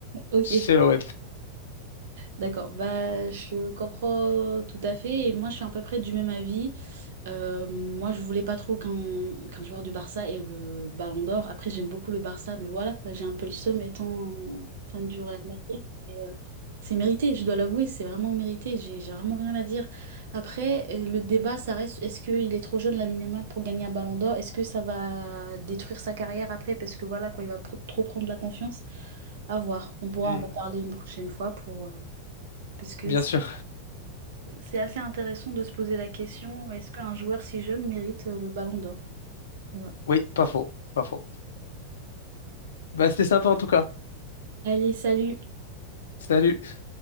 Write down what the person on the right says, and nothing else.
Ok.
D'accord, bah, je comprends tout à fait et moi je suis à peu près du même avis. Euh, moi je voulais pas trop qu'un qu'un joueur du Barça ait le Ballon d'Or. Après j'aime beaucoup le Barça, mais voilà quoi, j'ai un peu le seum étant fan du Real Madrid. Et, euh, c'est mérité, je dois l'avouer, c'est vraiment mérité, j'ai j'ai vraiment rien à dire. Après euh, le débat ça reste, est-ce qu'il est trop jeune Lamine Yamal pour gagner un Ballon d'Or? Est-ce que ça va détruire sa carrière après parce que voilà quoi, il va pro- trop prendre la confiance? À voir, on pourra
en reparler une prochaine fois pour... euh, parce que
c-
c'est assez intéressant de se poser la question, est-ce qu'un joueur si jeune mérite euh, le ballon d'or? Voilà.
Allez, salut!